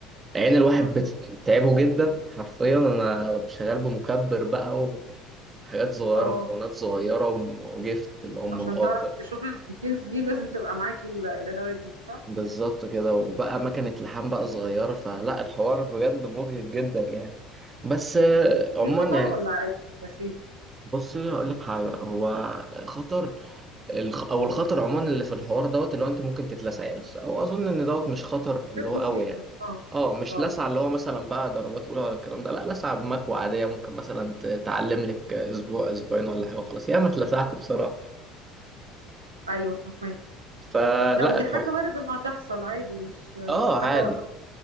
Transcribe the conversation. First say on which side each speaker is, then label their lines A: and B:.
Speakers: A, on the right (about 25°); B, on the right (about 80°).
A: عين الواحد
B: فاهمك
A: بتتعبه جدا حرفيا أنا شغال بمكبر بقى وحاجات صغيرة
B: اه
A: مكونات صغيرة وجفت الأم
B: عشان
A: والأب
B: تعرف تشوف الديتيلز دي لازم تبقى معاك ال- الادوات دي صح
A: بالظبط كده وبقى مكنة لحام بقى صغيرة فلا الحوار بجد مبهج جدا يعني بس آه، عموما
B: في خطر
A: يعني
B: ولا عادي ولا سيف
A: بصي هقول لك حاجة هو خطر الخ... أو الخطر عموما اللي في الحوار دوت اللي هو أنت ممكن تتلسعي بس أو أظن إن دوت مش خطر اللي
B: حاجات
A: هو
B: بسيطه
A: قوي يعني
B: اه
A: اه مش
B: اه آه.
A: لسعة اللي هو مثلا بقى درجات أولى ولا الكلام ده لا لسعة بمكوى عادية ممكن مثلا ت- تعلم لك أسبوع أسبوعين ولا حاجة وخلاص ياما اتلسعت بصراحة
B: ايوه فاهمك
A: فلا
B: لا ودي
A: الحوار
B: حاجه وارد انها تحصل عادي مش مش
A: اه عادي
B: حاجه خطر